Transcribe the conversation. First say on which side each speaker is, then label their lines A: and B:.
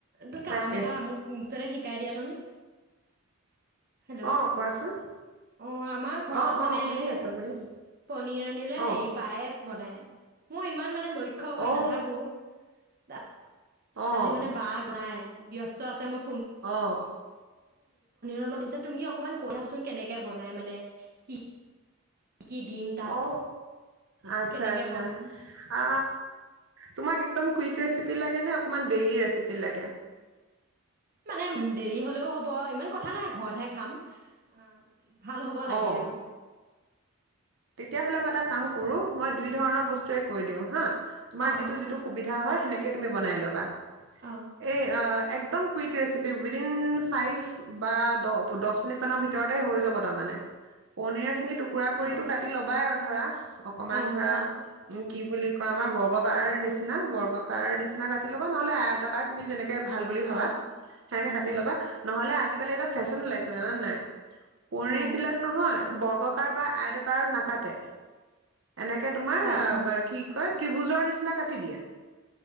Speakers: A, on the right; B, on the right.
A: ত কাম
B: তাকে
A: এটা মোক মুচতে শিকাই দিয়াচোন হেল্ল'
B: অ কোৱাচোন
A: অ' আমাৰ ঘৰত
B: অ অ
A: মানে
B: শুনি
A: এই
B: আছো শুনিছো
A: পনীৰ আনিলে হেৰি
B: অ
A: বায়ে বনায়। মই ইমান মানে লক্ষ্য় কৰি
B: অ
A: নাথাকো <unintelligible>
B: অ
A: আজি মানে বাঘ নাই ব্যস্ত আছে মোৰ
B: অ
A: অল অ কচোন কেনেকে বনাই মানে কি কি দিম তাত
B: অ আচ্ছা
A: কেনেকে
B: আচ্ছা
A: বনাম
B: আ তোমাক একদম কুইক। ৰেচিপি লাগে নে অকণমান দেৰি ৰেচিপি লাগে
A: মানে দেৰি হলেও হ'ব ইমান কথা নাই ঘৰতহে খাম আহ ভাল হ'ব লাগে
B: অ',
A: আৰু
B: তেতিয়াহ'লে মই এটা কাম কৰোঁ মই দুই ধৰণৰ বস্তুৱে কৈ দিওঁ হা তোমাৰ
A: অ'
B: যিটো
A: অ'
B: যিটো
A: কোৱাচোন
B: সুবিধা হয় সেনেকে তুমি বাই ল'বা
A: অ'
B: এই আহ একদম হৈ যায় বা পাচ দহ মিনিট মানত ভিতৰত হৈ যাব মানে তাৰ পিছত
A: অ
B: 'বাই অধৰা অকমান
A: অ'
B: ধৰা
A: অ'
B: উম কি বুলি কয় আমাৰ বৰ্গকাৰ নিচিনা বৰ্গকাৰৰ নিচিনা কাটি ল'বা নহ'লে আয়তকাৰ তুমি যেনেকৈ ভাল বুলি ভাবা
A: অ'
B: সেনেকে
A: উম
B: কাটি
A: উম
B: ল'বা নহলে আ আজিকালি এটা ফেশ্বন ওলাইছে জানা নাই পৰি
A: অ'
B: বিলাক নহয় বৰ বৰ্গাকাৰ বা আয়তকাৰ <unintelligible> নাকাতে এনেকে তোমাৰ
A: অ' অ'
B: কি কয় ত্ৰিভুজৰ নিচিনা কাটি দিয়া